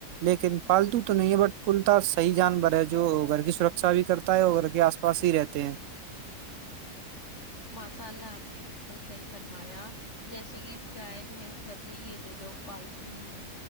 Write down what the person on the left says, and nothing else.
ماساء اللہ آپ نے بالکل صحیح فرمایا جیسے کہ گائے بھینس بکری یہ تو لوگ پالتے ہیں